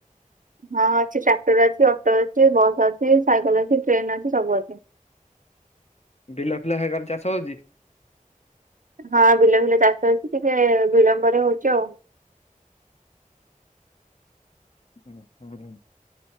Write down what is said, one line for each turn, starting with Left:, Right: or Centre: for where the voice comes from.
Right: ହଁ ଅଛି। ଟ୍ରାକ୍ଟର ଅଛି, ଅଟୋ ଅଛି, ବସ୍ ଅଛି, ସାଇକେଲ ଅଛି, ଟ୍ରେନ ଅଛି, ସବୁ ଅଛି। <inaudible>
Left: ବିଲ ଫିଲ ହେଗାର ଚାଷ ହଉଛି?
Right: ହଁ ବିଲ ଫିଲ ଚାଷ ଅଉଛି। ଟିକେ ବିଳମ୍ବରେ ହଉଛି ଆଉ।
Left: ହୁଁ ହୁଁ।